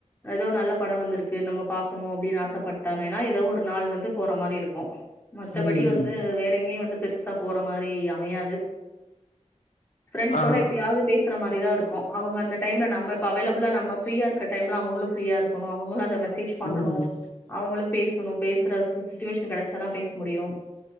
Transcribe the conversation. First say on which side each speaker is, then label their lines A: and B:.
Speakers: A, on the left; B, on the left.
A: ஏதோ நல்ல படொ வந்துருக்கு நம்ம பாக்கணு அப்டின்னு ஆசப்பட்டா வேன்னா ஏதோ ஒரு நாள் வந்து போற மாரி இருக்கு மத்தபடி
B: ம்
A: வந்து
B: ம்
A: வேற எங்கெயு வந்து பெருசா போற மாரி அமையாது ஃப்ரெண்ட்ஸோட
B: ஆ
A: எப்பயாவது பேஸ் சுற மாரி தா இருக்கு அவுங்க அந்த டைம்ல நம்ம இப்ப அவைலபுளா நம்ம ப்ரீயா இருக்ற டைம்ல அவுங்களு ப்ரீயா இருக்குனு அவுங்களு அத மிஸ் மெஸேஜ் பண்ணனு
B: ம்
A: அவுங்களு பேசணு பேசுற சுட்டுவேஷன் கெடச்சாதா பேச முடியு